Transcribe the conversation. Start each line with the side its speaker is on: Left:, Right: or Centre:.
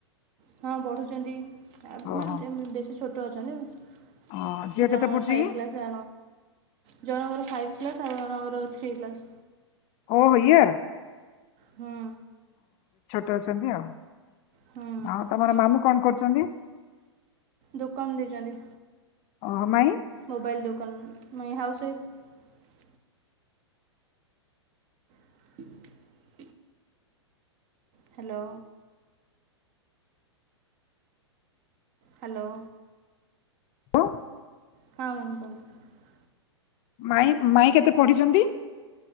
Right: ହଁ ପଢୁଛନ୍ତି ଆ
Left: ଓହୋ
Right: ମା <unintelligible> ବେଶୀ‌ ଛୋଟ ଅଛନ୍ତି।
Left: ଅ, ଝିଅ
Right: ଜଣଙ୍କ
Left: କେତେ ପଢୁଛି
Right: ଫାଇଭ
Left: କି
Right: କ୍ଲାସ ଜଣଙ୍କର ଫାଇଭ କ୍ଲାସ ଜଣଙ୍କର ଥ୍ରୀ କ୍ଲାସ୍
Left: ଓ ହୋ ୟିୟର
Right: ହୁଁ
Left: ଅଛନ୍ତି ଆଉ।
Right: ହୁଁ
Left: ଆଉ ତମର ମାମୁଁ କଣ କରୁଛନ୍ତି।
Right: ଦୋକାନ ଦେଇ ଛନ୍ତି।
Left: ଓହୋ ମାଇଁ
Right: ମୋବାଇଲ ଦୋକାନ ମାଇଁ ହାଉସ ୱାଇଫ। ହ <inaudible> ହ୍ୟାଲୋ ହ୍ୟାଲୋ
Left: ହ୍ୟାଲୋ
Right: ହଁ ମ୍ୟାାମ କୁହନ୍ତୁ।
Left: ମାଇଁ ମାଇଁ କେତେ ପଢିଛନ୍ତି।